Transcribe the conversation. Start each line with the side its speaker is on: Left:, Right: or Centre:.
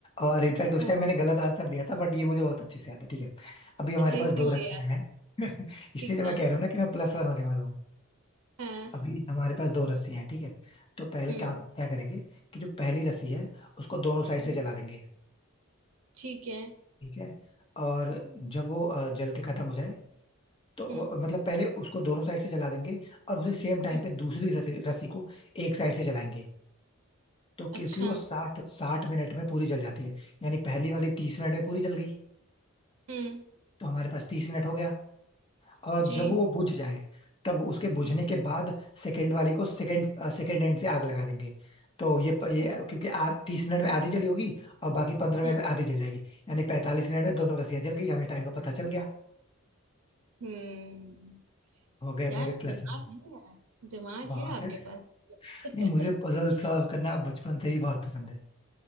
Left: और इनफैक्ट उस
Right: हाँ,
Left: टाइम मैंने गलत आंसर दिया था बट ये मुझे बहुत अच्छे से याद है ठीक है अभी हमारे
Right: अच्छा
Left: पास
Right: इसीलिए
Left: दो रस्सियां
Right: याद
Left: हैं
Right: है।
Left: <laughs> इसीलिए
Right: ठीक
Left: मैं
Right: है
Left: कह रहा हूँ ना कि मैं प्लस वन होने वाला हूँ
Right: हाँ
Left: अभी हमारे पास दो रस्सियां हैं ठीक है तो पहले
Right: हम्म
Left: क्या क्या करेंगे कि जो पहली रस्सी है उसको दोनों साइड
Right: हम्म,
Left: से जला देंगे
Right: ठीक है
Left: ठीक है और जब वो अ, जल के खत्म हो जाए तो अ,
Right: हम्म
Left: मतलब पहले उसको दोनों साइड से जला देंगे और उसी सेम टाइम
Right: हम्म,
Left: पे दूसरी रस्सी रस्सी को एक साइड से जलाएंगे तो क्योंकि
Right: अच्छा
Left: वो साठ साठ मिनट में पूरी जल जाती है यानी पहली वाली तीस मिनट में पूरी जल गई
Right: हम्म
Left: तो हमारे पास तीस मिनट हो गया और जब
Right: जी
Left: वो बुझ जाए तब उसके बुझने
Right: हम्म
Left: के बाद सेकंड वाली को सेकंड सेकंड एंड से आग लगा देंगे तो ये ये
Right: हम्म
Left: क्योंकि आ, तीस मिनट में आधी जली होगी और बाकी पंद्रह मिनट
Right: हम्म
Left: में आधी जल जाएगी यानी पैंतालीस मिनट में दोनों रस्सियां जल गई हमें टाइम का पता चल गया
Right: हम्म
Left: हो गए
Right: यार
Left: मेरे प्लस
Right: दिमाग
Left: में
Right: है यार दिमाग
Left: बहुत
Right: है आपके
Left: है
Right: पास <laughs>
Left: नहीं मुझे पजल सॉल्व करना बचपन से ही बहुत पसंद है